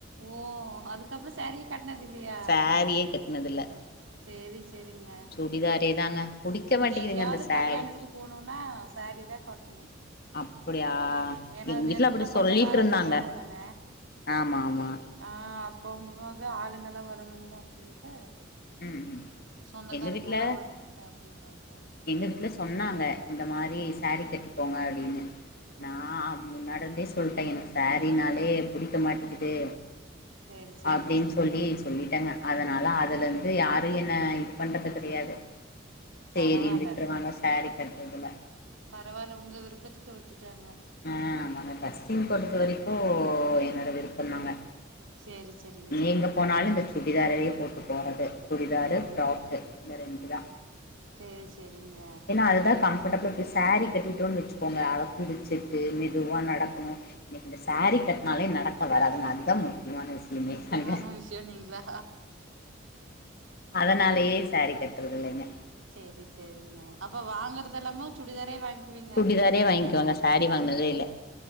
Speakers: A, on the right; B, on the left.
A: ஓ அதுக்கப்றோ சாரீயே கட்னது இல்லயா
B: சாரியே கட்னதில்ல
A: சேரி சேரிங்க
B: சுடிதாரே தாங்க புடிக்க
A: இங்க
B: மாட்டேங்குதுங்க
A: எங்கயாவுது
B: அந்த சாரீ
A: கல்யாணத்துக்கு போனும்னா சாரீதா கட்ணு
B: அப்டியா
A: ஏன்னா
B: எங்க வீட்ல
A: நெருங்குன
B: அப்டி சொல்லிட்ருந்தாங்க
A: சொந்தக்கார கல்யாணோ தான
B: ஆமா ஆமா
A: ஆ அப்ப போகு போது ஆளுங்கல்லா வருவாங்க அப்டின்ட்டு
B: ம் ம்
A: சொந்தக்காரங்கல்லா
B: எங்க வீட்ல
A: வருவாங்க அப்டினுவாங்க
B: எங்க வீட்ல சொன்னாங்க இந்த மாரி சாரீ கட்டிகோங்க அப்டின்னு நா
A: ஆ
B: முன்னாடருந்தே சொல்ட்டே எனக்கு சாரீனாலே புடிக்க மாட்டிக்குது
A: சேரி சேரிங்க
B: அப்டின்னு சொல்லி சொல்லிட்டேங்க அதனால அதுலந்து ந்து யாரு என்ன இது பண்றது கெடையாது சேரின்னு
A: பரவால்ல
B: விட்ருவாங்க சாரீ கட்ரதில
A: பரவால்ல உங்க விருப்பத்துக்கு விட்டுட்டாங்க
B: ஆ ஆமாங்க ட்ரெஸ்ஸிங் பொறுத்த வரைக்கு என்னோட விருப்பம்தாங்க
A: சேரி சேரிங்க
B: எங்க போனாலு இந்த சு சுடிதாரையே போட்டு போறது சுடிதாரு ஃப்ராக்கு இந்த ரெண்டு தா
A: சேரி செரிங்க
B: ஏன்னா அது தா கம்ஃபடபுள் அப்டி சாரி கட்டிட்டோன்னு வச்சுக்கோங்க அதக் குடு செட்டு மெதுவா நடக்கணு எனக்கு இந்த சாரீ கட்னாலே நடக்க வராதுங்க அதுதா முக்கியமான விஷயமே
A: முக்கியமான
B: அங்க.
A: விஷயோனீங்களா
B: அதனாலேயே சாரீ கட்றதுல்லங்க
A: சேரி சேரிங்க அப்ப வாங்கறது எல்லாமே சுடிதாரே வாங்கிவீங்க
B: சுடிதாரே வாங்கிக்குவேங்க சாரீ வாங்கினதே இல்ல